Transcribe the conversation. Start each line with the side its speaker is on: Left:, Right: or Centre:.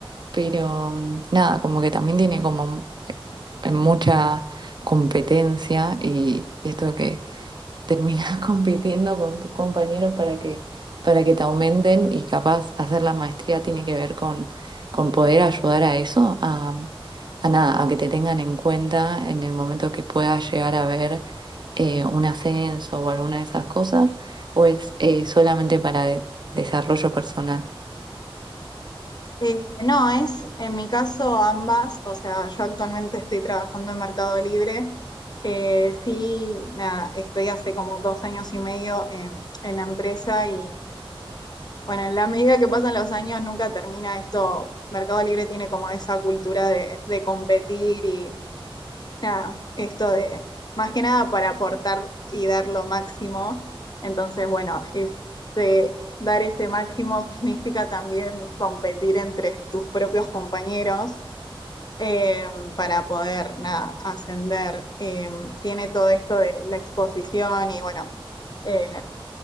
Right: Pero mm, nada, como que también tiene como eh, eh, mucha competencia y y esto de que terminas <laughs> compitiendo con tus compañeros para que, para que te aumenten y capaz hacer la maestría tiene que ver con, con poder ayudar a eso, a, a nada, a que te tengan en cuenta en el momento que puedas llegar a ver eh, un ascenso o alguna de esas cosas, o es eh, solamente para de- desarrollo personal.
Left: Eh, no, es en mi caso ambas, o sea, yo actualmente estoy trabajando en Mercado Libre. Eh, sí, nada, estoy hace como dos años y medio en, en la empresa y bueno, en la medida que pasan los años nunca termina esto. Mercado Libre tiene como esa cultura de, de competir y nada, esto de más que nada para aportar y dar lo máximo. Entonces, bueno, este, dar ese máximo <laughs> significa también competir entre tus propios compañeros eh, para poder nada, ascender. Eh, tiene todo esto de la exposición y bueno, eh,